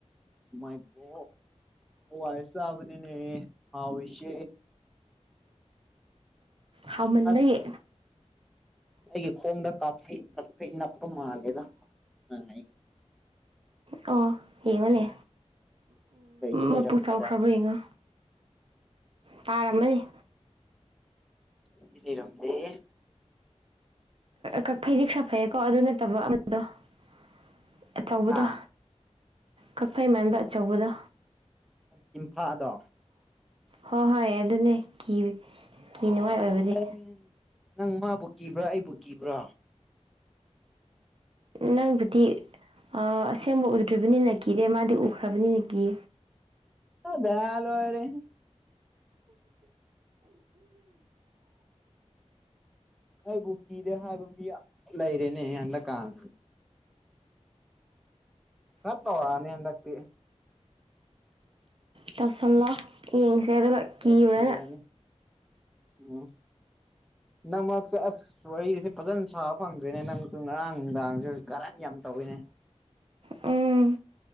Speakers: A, in the centre; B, on the right.
A: ꯃꯥꯏꯀꯣ ꯋꯥꯏꯁꯕꯅꯤꯅꯦ ꯍꯁꯦ
B: ꯍꯥꯎꯃꯟꯕꯒꯤ
A: ꯑꯁ ꯑꯩꯒꯤ ꯈꯣꯡꯗ ꯀꯥꯞꯐꯩ ꯀꯞꯐꯩ ꯅꯞꯄ ꯃꯥꯜꯂꯦꯗ <unintelligible>
B: ꯑꯣ ꯌꯦꯡꯉꯣꯅꯦ
A: ꯂꯩꯗꯤ ꯂꯩꯔꯝꯗꯦꯗ
B: ꯃꯄꯨꯛ ꯆꯥꯎꯈ꯭ꯔꯕ ꯌꯦꯡꯉꯣ ꯇꯥꯔꯝꯃꯅꯤ
A: ꯏꯗꯤ ꯂꯩꯔꯝꯗꯦꯍꯦ
B: ꯀꯛ ꯐꯩꯗꯤ ꯈꯔ ꯐꯩꯌꯦꯀꯣ ꯑꯗꯨ ꯅꯠꯇꯕ ꯑꯃꯗꯣꯊꯧꯕꯗꯣ
A: ꯑꯥ
B: ꯀꯛꯐꯩ ꯃꯦꯝꯕ ꯑꯆꯧꯕꯗ
A: ꯇꯤꯟꯐꯗꯣ
B: ꯍꯣꯏ ꯍꯣꯏ ꯑꯗꯨꯅꯦ ꯀꯤ ꯀꯤꯅꯤꯡꯉꯥꯏ ꯑꯣꯏꯕꯗꯤ
A: ꯑꯦ ꯅꯪ ꯃꯥꯕꯨ ꯀꯤꯕ꯭ꯔꯥ ꯑꯩꯕꯨ ꯀꯤꯕ꯭ꯔꯣ
B: ꯅꯪꯕꯨꯗꯤ ꯑ ꯑꯁꯦꯡꯕ ꯎꯗ꯭ꯔꯤꯕꯅꯤꯅ ꯀꯤꯗꯦ ꯃꯥꯗꯤ ꯎꯈ꯭ꯔꯕꯅꯤꯅ ꯀꯤ
A: <unintelligible> ꯂꯣꯏꯔꯦꯍꯦ ꯑꯩꯕꯨ ꯀꯤꯗꯦ ꯍꯥꯏꯕ ꯃꯤ ꯂꯩꯔꯦꯅꯦ ꯍꯟꯗꯛꯀꯥꯟ ꯈꯥ ꯇꯧꯔꯛꯑꯥꯅꯤ ꯍꯟꯗꯛꯇꯤ
B: ꯇꯧꯁꯜꯂꯣ ꯌꯦꯡꯁꯦ ꯑꯗꯨꯒ ꯀꯤꯕ꯭ꯔꯅ
A: ꯇꯧꯁꯤꯜꯂꯅꯤ ꯎꯝ ꯅꯃꯛ ꯆ ꯑꯁ ꯋꯥꯔꯤꯁꯦ ꯐꯖꯅ ꯁꯥꯕ ꯐꯪꯗꯣꯏꯅꯦ ꯅꯪꯁꯨ ꯉꯔꯥꯡ ꯅꯨꯡꯗꯥꯡꯖꯩ ꯀꯔꯟ ꯌꯥꯝ ꯇꯧꯋꯤꯅꯦ
B: ꯑꯨꯝ